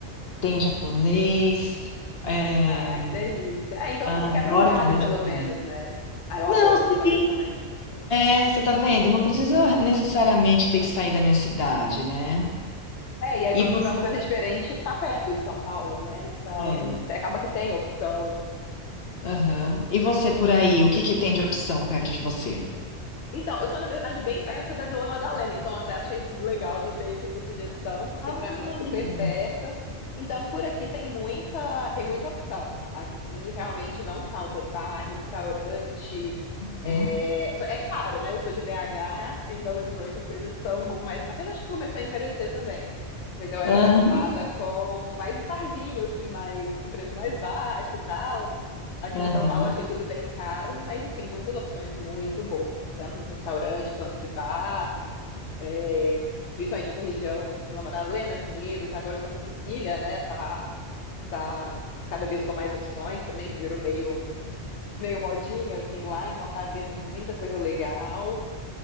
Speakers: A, on the left; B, on the left.
A: Tem japonês. é,
B: Ah, que delícia. Ah, então,
A: Ah,
B: assim,
A: adoro
B: quebra um galho,
A: também
B: pelo
A: japonês.
B: menos, né? Ah, eu
A: Não,
B: adoro japonês
A: sim.
B: também. né?
A: É, você tá vendo? Não preciso necessariamente ter que sair da minha cidade, né?
B: É, e aí
A: E
B: quando
A: você,
B: quiser uma coisa diferente, tá perto de São Paulo, né? Então,
A: é,
B: te- acaba que tem opção.
A: aham. E você por aí, o que que tem de opção perto de você?
B: Então, eu tô, na verdade, bem perto da Vila Madalena, então até achei legal, anotei aqui sua sugestão, porque
A: Ah,
B: para mim é super
A: legal.
B: perto. Então, por aqui tem muita, tem muita opção. Aqui realmente não falta bar, restaurante.
A: Hum?
B: É, só- é caro, né? Eu sou de BH, em Belo Horizonte as coisas são um pouco mais. Apesar de que começou a encarecer também. Mas eu era
A: Ah,
B: acostumada com mais barzinho, assim, mais, com preço mais baixo e tal. Aqui
A: aham,
B: em São Paulo eu achei tudo bem caro, mas assim, muitas opções muito boas, tanto de restaurante quanto de bar, é, principalmente essa região, Vila Madalena, Pinheiros, agora Santa Cecília, né, tá, tá cada vez com mais opções também, que virou meio, meio modinha, assim, lá, então tá abrindo muita coisa legal.